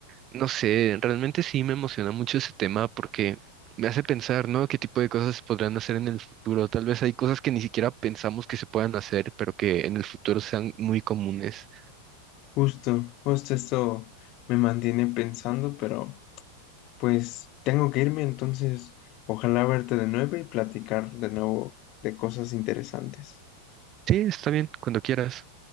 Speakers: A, on the right; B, on the left.
A: No sé, realmente sí me emociona mucho ese tema porque me hace pensar, ¿no? ¿Qué tipo de cosas se podrán hacer en el futuro? Tal vez hay cosas que ni siquiera pensamos que se puedan hacer, pero que en el futuro sean muy comunes.
B: Justo, justo esto me mantiene pensando, pero pues tengo que irme, entonces ojalá verte de nuevo y platicar de nuevo de cosas interesantes.
A: Sí, está bien, cuando quieras.